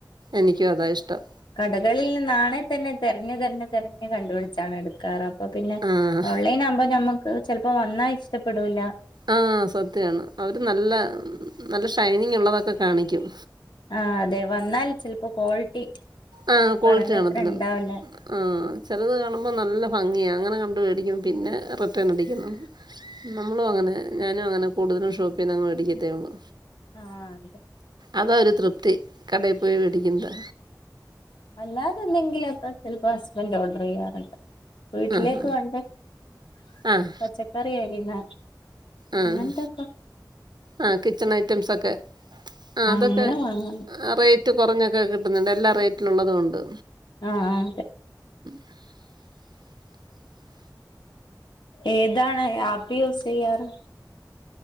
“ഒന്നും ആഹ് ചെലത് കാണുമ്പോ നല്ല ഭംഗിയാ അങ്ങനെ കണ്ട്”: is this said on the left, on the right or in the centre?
Right